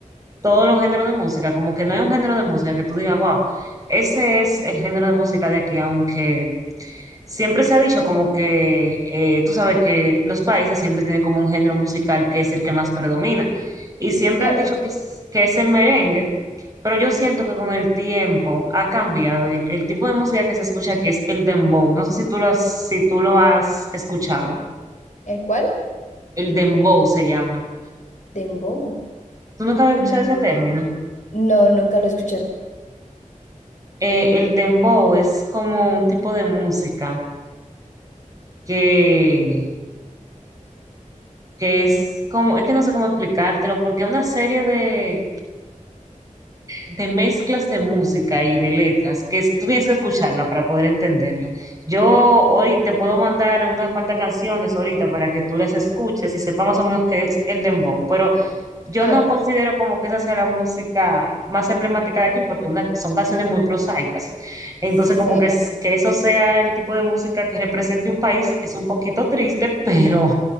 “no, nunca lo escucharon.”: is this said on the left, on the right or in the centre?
Left